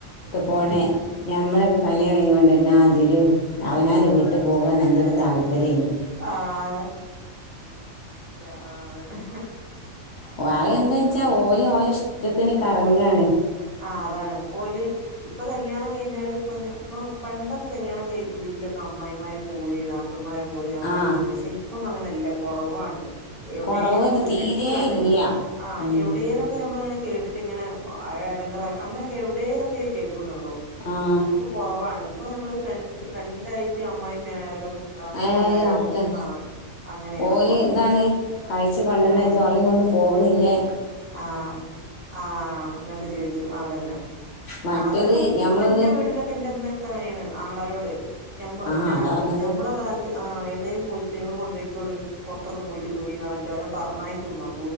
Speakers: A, on the left; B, on the right.
A: പോണേ ഞമ്മളൊക്കെ കല്യാണം കഴിഞ്ഞു കൊണ്ട് തന്നെ അതില് അവനാൻ്റെ വീട്ടിൽ പോകാൻ എന്തൊരു താല്പര്യെനു
B: ആഹ് അതെ ഇല്ല ആഹ് അതന്നെ
A: വയ എന്താച്ചാ
B: ആഹ്
A: ഓല് ഓലെഷ് ഷ്ട്ട ത്തിന് കറങ്ങാണ്
B: ആ അതാണ് പോവല്ല് ഇപ്പൊ കല്യാണം കഴിഞ്ഞാലും ഇപ്പൊ ഇപ്പൊ പണ്ടൊക്കെ കല്യാണം കയിഞ്ഞ് വീട്ടിലൊക്കെ അമ്മായിമാര് പോരീണ് നാ തുമ്മാരെ പോര് അങ്ങനെയൊക്കെ
A: ആ
B: ഉണ്ട് ഷെയി ഇപ്പൊന്ന് അങ്ങനല്ല കുറവാണ് എവിടേലും
A: കൊറവ് തന്നെ
B: ചുരുക്കാണ്
A: തീരെ ഇല്ല
B: ആഹ്
A: ഉം
B: എവിടേലുക്കെ നമ്മളിങ്ങനെ കേട്ടിട്ട് ഇങ്ങനെ അഴ ങ്ങേറാക് അങ്ങനെയൊക്ക എവിടേലും കേ കേൾക്കുന്നുള്ളൂ
A: ആഹ്
B: ഇപ്പൊ കുറവാണ് ഇപ്പ നമ്മള് ഫ്രണ്ട് ഫ്രണ്ടായിട്ട് അമ്മായിമ്മയായാലും നാത്തൂമാരായാലും
A: ഏഹ് ഒക്കെ
B: ആഹ് അങ്ങനെയാണ്
A: ഓല്
B: ഇപ്പോ
A: എന്താണ് കഴിച്ച് കൊണ്ടന്നേച്ച്
B: ആഹ്
A: ഓളേം കൊണ്ട് പോകണില്ലേ
B: ആഹ് ആഹ് അങ്ങോട്ട് ചോയിക്കൂ അതന്നെ
A: മറ്റത്
B: ആ അതൊക്കെ
A: ഞമ്മളൊന്ന്
B: ഇപ്പൊ ഇന്റെ വീട്ടിലൊക്കെ ൻറെ ഇമ്മയൊക്കെ അങ്ങനെയാണ് ആങ്ങളാരോട് ഞമ്മ
A: ആഹ്
B: പിന്ന
A: അതാ പറഞ്ഞത്
B: ഞമ്മളെ കാലത്ത് ആ് എവിടെേിലും പോയിട്ടില്ല ഞങ്ങള് കൊണ്ടയ്ക്ക് തുളി പുറത്തൊക്ക പോയിറ്റ് പോരീന്ന് ന്നറഞ്ഞട്ട് ഓല പറഞ്ഞായിക്കുമ്പം